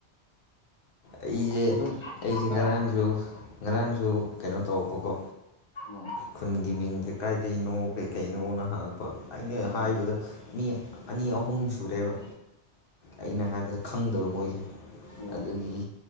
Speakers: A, on the left; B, on the left.
A: ꯑꯩꯁꯦ
B: ꯑꯗꯨꯝ
A: ꯑꯩꯁꯦ
B: ꯍꯥ
A: ꯉꯔꯥꯡꯁꯨ ꯉꯔꯥꯡꯁꯨ ꯀꯩꯅꯣ ꯇꯧꯔꯛꯄꯀꯣ
B: ꯎꯝ
A: ꯈꯨꯟꯒꯤ ꯃꯤꯡꯗ ꯀꯥꯏꯗꯅꯣ ꯀꯩꯀꯩꯅꯣꯅ ꯍꯪꯉꯛꯄ ꯑꯩꯅ
B: ꯑꯣ ꯑꯣ
A: ꯍꯥꯏꯕꯗ ꯃꯤ ꯑꯅꯤ ꯑꯍꯨꯝ ꯁꯨꯔꯦꯕ ꯑꯩꯅ ꯍꯥꯏꯕꯗ ꯈꯪꯗꯕ ꯃꯣꯏꯁꯦ
B: ꯎꯝ
A: ꯑꯗꯨꯒꯤ